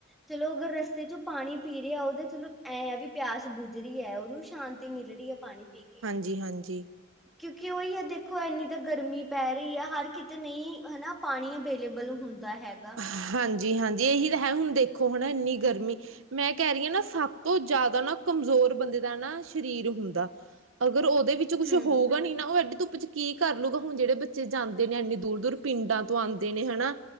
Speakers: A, in the centre; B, on the right.
A: ਚਲੋ ਅਗਰ ਰਸਤੇ ਚੋਂ ਪਾਣੀ ਪੀ ਰਿਹਾ ਉਹਦਾ ਚਲੋ ਐਂ ਆ ਵੀ ਪਿਆਸ ਬੁਝ ਰਹੀ ਹੈ ਉਹਨੂੰ ਸ਼ਾਂ ਤੇ ਮਿਲ ਰਹੀ ਐ ਪਾਣੀ ਪੀ ਕੇ।
B: ਜੀ ਹਾਂਜੀ।
A: ਕਿਉਂਕਿ ਉਹੀ ਐ ਦੇਖੋ ਇੰਨੀ ਤਾਂ ਗਰਮੀ ਪੈ ਰਹੀ ਹੈ ਹਰ ਕਿ ਤੇ ਨਹੀਂ ਹਨਾ ਪਾਣੀ ਅਬਵੇਲੇ ਹੁੰਦਾ ਹੈਗਾ।
B: ਹਾਂਜੀ-ਹਾਂਜੀ, ਇਹੀ ਤੇ ਹੈ ਹੁਣ, ਦੇਖੋ ਹੁਣ ਇੰਨੀ ਗਰਮੀ ਮੈਂ ਇਹ ਕਹਿ ਰਹੀ ਆ ਨਾ, ਸਭ ਤੋਂ ਜ਼ਿਆਦਾ ਨਾ ਕਮਜ਼ੋਰ ਬੰਦੇ ਦਾ ਨਾ ਸਰੀਰ ਹੁੰਦਾ ਅਗਰ ਉਹਦੇ ਵਿੱਚ ਕੁੱਛ
A: ਹੂੰ।
B: ਹੋਊਗਾ ਨੀ ਨਾ, ਉਹ ਧੁੱਪ 'ਚ ਕੀ ਕਰਲੂਗਾ। ਹੁਣ ਜਿਹੜੇ ਬੱਚੇ ਜਾਂਦੇ ਨੇ ਇੰਨੇ ਦੂਰ-ਦੂਰ ਪਿੰਡਾਂ ਤੋਂ ਆਂਦੇ ਨੇ, ਹੈਨਾ।